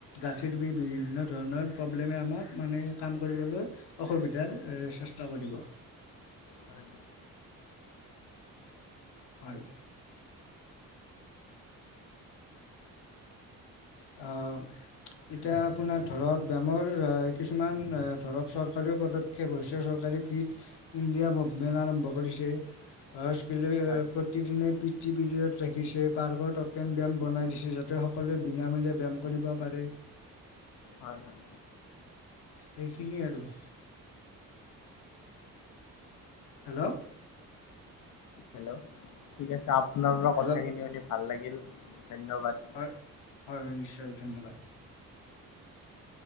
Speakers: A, on the left (about 65°); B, on the left (about 50°).
A: গাঁঠিৰ বিষ, বিভিন্ন ধৰণৰ প্ৰব্লেমে আমাক মানে কাম কৰিবলৈ অসুবিধাৰ চেষ্টা কৰিব।
B: হয়।
A: হয় অ এতিয়া আপোনাৰ ধৰক, বেমাৰ কিছুমান ধৰক চৰকাৰী পদ প্ৰদক্ষেপ হৈছে চৰকাৰে ফ্ৰীত ইণ্ডিয়া মুভমেণ্ট আৰম্ভ কৰিছে। স্কিলে
B: হয়
A: প্ৰতিদিনে পি টি পিৰিয়দ ৰাখিছে। পাৰ্কত অপেন ব্যায়াম বনাই
B: উম,
A: দিছে যাতে সকলোৱে বিনামূলীয়া ব্যায়াম কৰিব পাৰে।
B: হয় হয়।
A: সেইখিনিয়ে আৰু হেল্ল
B: হেল্ল ঠিক আছে আপোনাৰ পৰা
A: হেল্ল'
B: কথাখিনি শুনি ভাল লাগিল ধন্যবাদ।
A: হয় হয় হয় নিশ্চয় ধন্যবাদ।